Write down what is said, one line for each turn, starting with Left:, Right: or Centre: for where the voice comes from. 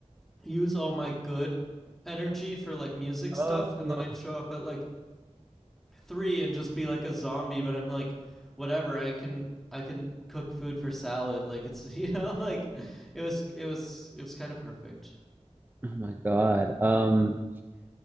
Centre: use all my good energy for like music
Right: Oh,
Centre: stuff, and then I'd show up at like three and just be like a zombie. But I'm like, whatever, I can I can cook food for salad. Like it's <laughs> you know like it was it was it was kind of perfect.
Right: Oh my God. Um,